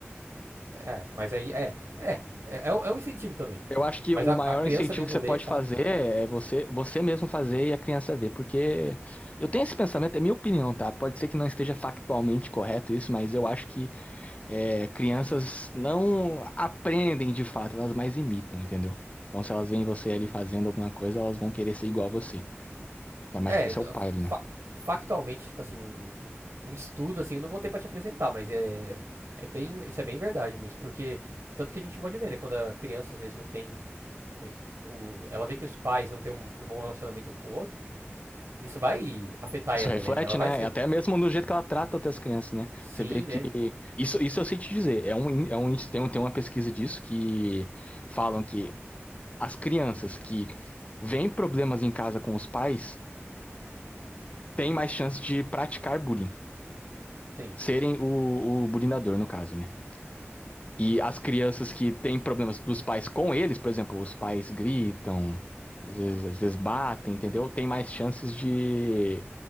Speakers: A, on the right; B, on the left.
A: é, mas aí é, é, é, é um é um incentivo também.
B: Eu acho que
A: Mas
B: o
A: a,
B: maior
A: a criança
B: incentivo
A: mesmo
B: que você
A: lê,
B: pode
A: sabe?
B: fazer é você, você mesmo fazer e a criança ver, porque eu tenho esse pensamento, é minha opinião, tá? Pode ser que não esteja factualmente correto isso, mas eu acho que é, crianças não aprendem de fato, elas mais imitam, entendeu? Então, se elas veem você ali fazendo alguma coisa, elas vão querer ser igual a você. Ainda mais
A: É,
B: que você
A: n-
B: é o pai, né?
A: fa- factualmente, tipo assim, um, um estudo assim, eu não vou ter pra te apresentar, mas é, é bem, isso é bem verdade mesmo, porque tanto que a gente pode ver, né, quando a criança às vezes não tem, o, o- ela vê que os pais não têm um, um bom relacionamento com o outro, Isso vai afetar
B: Isso
A: ela,
B: reflete,
A: né? Ela vai
B: né?
A: ser.
B: Até mesmo no jeito que ela trata outras crianças, né?
A: Sim,
B: Você vê que.
A: né?
B: Isso, isso eu sei te dizer. É um, in- é um, índice- tem, um- tem uma pesquisa disso que falam que as crianças que veem problemas em casa com os pais têm mais chance de praticar bullying.
A: Sim,
B: Serem o, o bullyingador no caso, né? E as crianças
A: sim.
B: que têm problemas dos pais com eles, por exemplo, os pais gritam, às vezes, às vezes batem, entendeu? Tem mais chances de